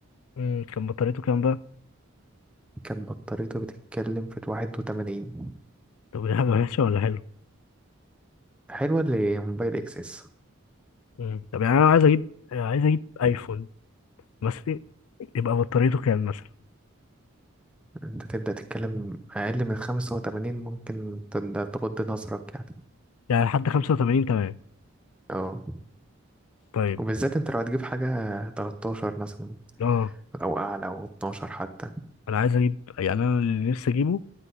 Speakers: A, on the left; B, in the centre.
A: مم، كان بطاريته كام بقى
B: كان بطاريته بتتكلم في واحد وتمانين
A: طب دي حاجة وحشة ولا حلوة
B: حلوة لموبايل اكسس
A: مم. طب يعني انا عايز اجيب عايز اجيب ايفون مثلا يبقى بطاريته كام مثلا
B: انت تبدأ تتكلم اقل من خمسة وتمانين ممكن تد- تغض نظرك يعني
A: يعني لحد 85 تمام
B: اه
A: طيب
B: وبالذات انت لو هتجيب حاجة 13 مثلا
A: اه
B: او اعلى او 12 حتى
A: انا عايز اجيب يعني انا اللي نفسي اجيبه